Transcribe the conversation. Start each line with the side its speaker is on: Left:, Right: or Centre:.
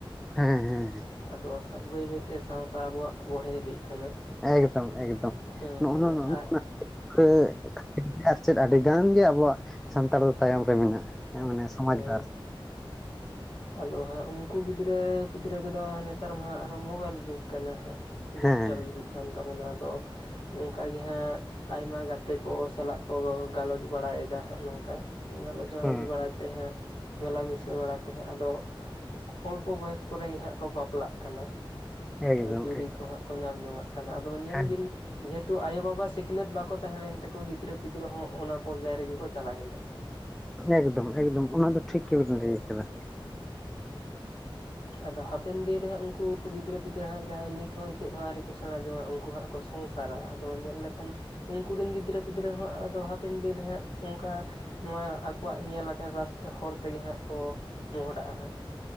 Centre: ᱦᱮᱸ ᱦᱮᱸ
Left: ᱟᱫᱚ ᱥᱟ ᱵᱟᱹᱭ ᱵᱟᱹᱭᱛᱮ ᱥᱟᱶᱛᱟ ᱟᱵᱚᱣᱟᱜ ᱵᱚᱲᱦᱮ ᱤᱫᱤᱜ ᱠᱟᱱᱟ᱾
Centre: ᱮᱠᱫᱚᱢ ᱮᱠᱫᱚᱢ,
Left: ᱦᱮᱸ
Centre: ᱱᱚᱜᱼᱚ
Left: ᱦᱮᱸ
Centre: ᱱᱟ ᱱᱚᱜᱼᱚ
Left: ᱟᱨ
Centre: ᱱᱟ <inaudible> ᱠᱷᱟᱹᱛᱤᱨ ᱜᱮ ᱟᱨ ᱪᱮᱫ ᱟᱹᱰᱤ ᱜᱟᱱ ᱜᱮ ᱟᱵᱚᱣᱟᱜ ᱥᱟᱱᱛᱟᱲ ᱫᱚ ᱛᱟᱭᱚᱢ ᱨᱮ ᱢᱮᱱᱟᱜᱼᱟ᱾ ᱦᱮᱸ ᱢᱟᱱᱮ ᱥᱚᱢᱟᱡᱽ
Left: ᱦᱮᱸ
Centre: ᱵᱟᱨ ᱾
Left: ᱟᱫᱚ ᱦᱟᱸᱜ ᱩᱝᱠᱩ ᱜᱤᱫᱽᱨᱟᱹ ᱯᱤᱫᱽᱨᱟᱹ ᱠᱚᱫᱚ ᱱᱮᱛᱟᱨ ᱢᱟ ᱦᱟᱸᱜ ᱟᱨᱚ ᱢᱳᱵᱟᱭᱤᱞ ᱡᱩᱜᱽ ᱠᱟᱱᱟ ᱦᱟᱸᱜ, ᱰᱤᱡᱤᱴᱟᱞ
Centre: ᱦᱮᱸ
Left: ᱡᱩᱜᱽ ᱠᱟᱱ ᱛᱟᱵᱚᱱᱟ ᱟᱫᱚ ᱚᱝᱠᱟ ᱜᱤ ᱦᱟᱸᱜ ᱟᱭᱢᱟ ᱜᱟᱛᱮ ᱠᱚ ᱥᱟᱞᱟᱜ ᱠᱚ ᱜᱟᱞᱚᱪ ᱵᱟᱲᱟᱭ ᱮᱫᱟ ᱱᱚᱝᱠᱟ ᱜᱟᱞᱚᱪ ᱜᱟᱞᱚᱪ
Centre: ᱦᱮᱸ
Left: ᱵᱟᱲᱟᱭ ᱛᱮ ᱦᱟᱸᱜ ᱢᱮᱞᱟᱢᱤᱥᱟ ᱵᱟᱲᱟ ᱛᱮ ᱦᱚᱸ ᱟᱫᱚ ᱚᱞᱯᱚ ᱵᱚᱭᱚᱥ ᱠᱚ ᱨᱮ ᱜᱮ ᱦᱟᱸᱜ ᱠᱚ ᱵᱟᱯᱞᱟᱜ ᱠᱟᱱᱟ᱾
Centre: ᱮᱠᱫᱚᱢ
Left: ᱟᱫᱚ ᱡᱩᱨᱤ
Centre: ᱮᱠᱫᱚᱢ
Left: ᱠᱚ ᱦᱟᱸᱜ ᱠᱚ ᱧᱟᱢ ᱡᱚᱝᱟᱜ ᱠᱟᱱᱟ ᱟᱫᱚ ᱧᱮᱞ
Centre: ᱦᱮᱸ
Left: ᱵᱤᱱ ᱡᱮᱦᱮᱛᱩ ᱟᱭᱳ ᱵᱟᱵᱟ ᱥᱤᱠᱷᱱᱟᱹᱛ ᱵᱟᱠᱚ ᱛᱟᱦᱮᱸ ᱞᱮᱱ ᱛᱟᱠᱚ ᱜᱤᱫᱽᱨᱟᱹ ᱯᱤᱫᱽᱨᱟᱹ ᱦᱚᱸ ᱚᱱᱟ ᱯᱚᱨᱡᱟᱭ ᱨᱮᱜᱮ ᱠᱚ ᱪᱟᱞᱟᱣ ᱮᱱᱟ᱾ ᱦ <inaudible>
Centre: ᱮᱠᱫᱚᱢ ᱮᱠᱫᱚᱢ ᱚᱱᱟ ᱫᱚ ᱴᱷᱤᱠ ᱜᱮ ᱵᱮᱱ ᱞᱟᱹᱭ ᱠᱟᱫᱟ᱾
Left: ᱟᱫᱚ ᱦᱟᱯᱮᱱ ᱫᱤᱱ ᱨᱮ ᱦᱟᱸᱜ ᱩᱱᱠᱩ ᱜᱤᱫᱽᱨᱟᱹ ᱯᱤᱫᱽᱨᱟᱹ ᱦᱟᱸᱜ ᱡᱟᱦᱟᱸᱭ ᱱᱤᱛ ᱦᱚᱸ ᱪᱮᱫ ᱦᱚᱸ ᱟᱹᱣᱨᱤ ᱠᱚ ᱥᱮᱸᱬᱟ ᱡᱚᱝᱟ, ᱩᱱᱠᱩ ᱦᱟᱸᱜ ᱠᱚ ᱥᱚᱝᱥᱟᱨᱟ, ᱟᱫᱚ ᱧᱮᱞ ᱞᱮᱠᱷᱟᱱ ᱩᱱᱠᱩ ᱨᱮᱱ ᱜᱤᱫᱽᱨᱟᱹ ᱯᱤᱫᱽᱨᱟᱹ ᱦᱚᱸ ᱟᱫᱚ ᱦᱟᱯᱮᱱ ᱫᱤᱱ ᱨᱮ ᱦᱟᱸᱜ ᱚᱱᱠᱟ ᱱᱚᱣᱟ ᱟᱠᱚᱣᱟᱜ ᱧᱮᱞ ᱟᱠᱟᱱ ᱨᱟᱥ ᱦᱚᱨ ᱛᱮ ᱜᱮ ᱦᱟᱸᱜ ᱠᱚ ᱢᱚᱸᱦᱰᱟᱜᱼᱟ ᱦᱟᱸᱜ᱾